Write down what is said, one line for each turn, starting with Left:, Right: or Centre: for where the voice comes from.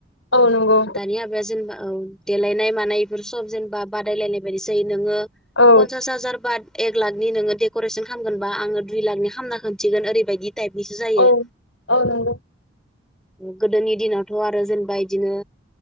Left: औ नंगौ
Centre: दानियाबाजन ब देलायनाय मानाय बेफोर सब जेनेबा बादायलायनाय बायदिसै नोङो
Left: औ
Centre: पन्सास हाजार बा एक लाखनि नोङो देकरेसन खालामगोनबा आङो दुइ लाखनि ख खालामना खोनन्थिगोन ओरैबायदि टाइपनिसो जायो
Left: औ औ नंगौ
Centre: गोदोनि दिनावथ' आरो जेनेबा इदिनो